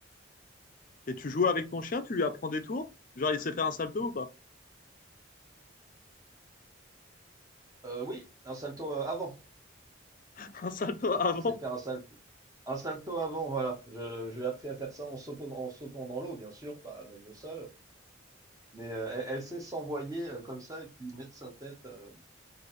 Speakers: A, on the left; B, on the right.
A: Et tu joues avec ton chien, tu lui apprends des tours? Genre, il sait faire un salto ou pas?
B: Euh, oui, un salto euh, avant.
A: <laughs> Un salto avant?
B: C'est faire un salto. Un salto avant, voilà. Je, j'ai appris à faire ça en sautant, en sautant dans l'eau, bien sûr, pas même le sol. Mais euh, elle, elle sait s'envoyer euh, comme ça et puis mettre sa tête. euh,